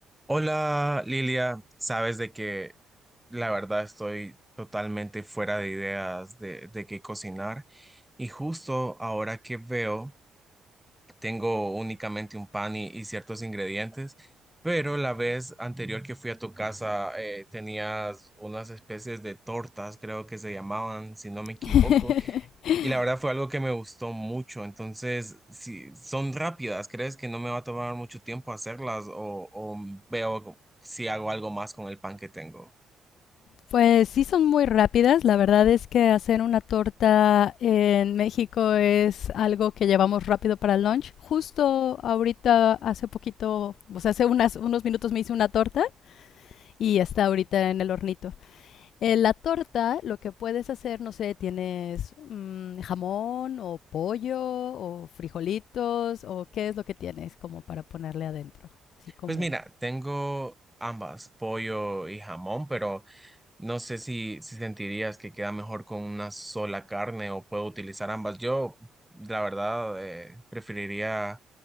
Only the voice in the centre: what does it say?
Hola Lilia, sabes de que la verdad estoy totalmente fuera de ideas de, de qué cocinar y justo ahora que veo tengo únicamente un pan y, y ciertos ingredientes, pero la vez anterior que fui a tu casa eh, tenías unas especies de tortas, creo que se llamaban, si no me equivoco.
Y la verdad fue algo que me gustó mucho. Entonces, si son rápidas, ¿crees que no me va a tomar mucho tiempo hacerlas o, o veo si hago algo más con el pan que tengo?
Pues mira, tengo ambas, pollo y jamón, pero no sé si, si sentirías que queda mejor con una sola carne o puedo utilizar ambas. Yo, la verdad, eh, preferiría